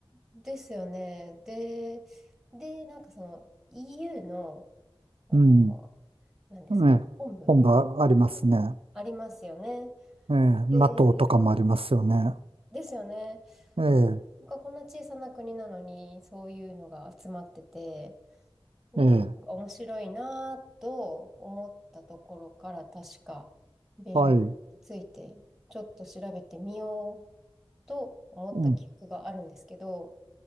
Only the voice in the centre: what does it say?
ですよね。で、で、なんかその EU の、あの、
何ですか、
本部が
ありますよね。
で、
ですよね。
なんかこんな小さな国なのに、そういうのが集まってて、うん、
面白いなぁと思ったところから、確かベルギーについてちょっと調べてみようと思った記憶があるんですけど、